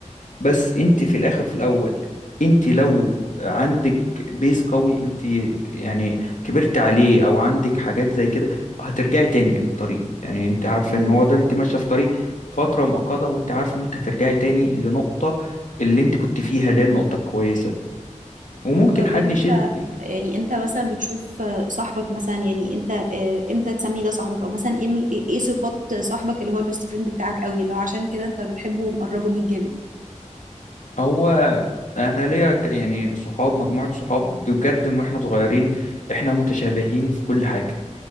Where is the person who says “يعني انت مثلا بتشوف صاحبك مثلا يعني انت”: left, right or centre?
Right